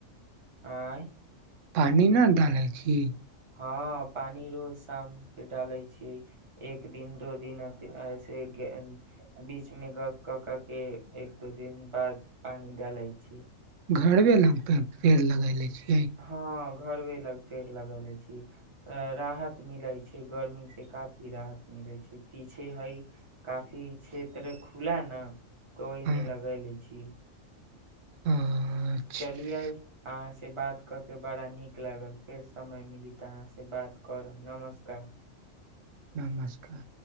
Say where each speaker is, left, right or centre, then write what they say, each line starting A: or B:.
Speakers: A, on the right; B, on the right.
A: आँय आँ
B: पानि न डालै छी
A: हँ पानी रोज शाम के डाले छी एक दिन दो दिन ऐस बीच मे ग कऽ क के एक दो दिन बाद पानी डाले छी
B: घरवे लगे पेड़ लगेले छी
A: हँ घरवे लग पेड़ लगेले छी राहत मिले छै गर्मी से काफी राहत मिले छै पीछे हय काफी क्षेत्र खुला ने तऽ ओहि
B: हँ
A: मे लगे ले छी
B: अच्छा
A: चलि आइ से बात कऽ के बड़ा नीक लागल फेर समय मिली तऽ अहाँसँ बात करब नमस्कार
B: नमस्कार